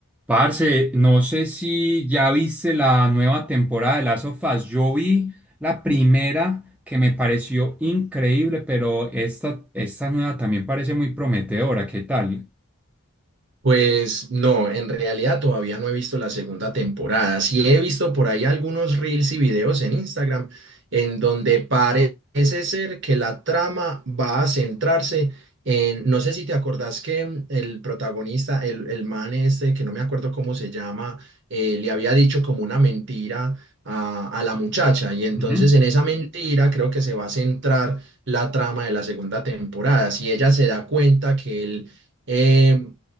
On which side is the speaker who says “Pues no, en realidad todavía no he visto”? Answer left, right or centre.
Right